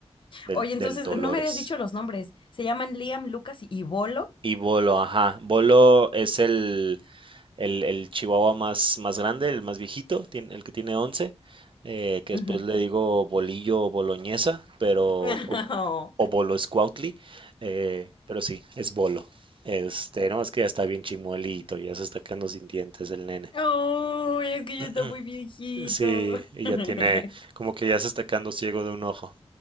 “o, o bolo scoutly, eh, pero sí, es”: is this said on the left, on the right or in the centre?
Right